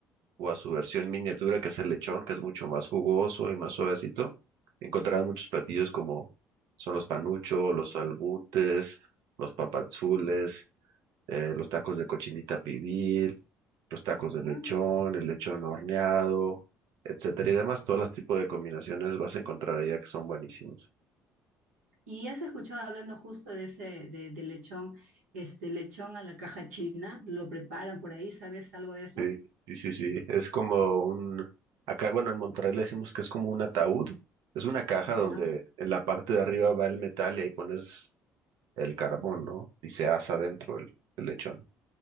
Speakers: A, on the right; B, on the right.
A: o a su versión miniatura, que es el lechón, que es mucho más jugoso y más suavecito. Encontrarás muchos platillos como son los panuchos, los albutes, los papazules, eh, los tacos de cochinita pibil, los tacos de
B: Ah,
A: lechón, el lechón horneado, etcétera y demás. Todos los tipos de combinaciones vas a encontrar allá que son buenísimos.
B: ¿Y has escuchado hablando justo de ese, de, de lechón, este lechón a la caja china? ¿Lo preparan por ahí? ¿Sabes algo de eso?
A: Sí, sí, sí, sí. Es como un, acá, bueno, en Monterrey le decimos que es como un ataúd. Es una caja
B: Ya.
A: donde en la parte de arriba va el metal y ahí pones el carbón, ¿no? Y se asa dentro el, el lechón.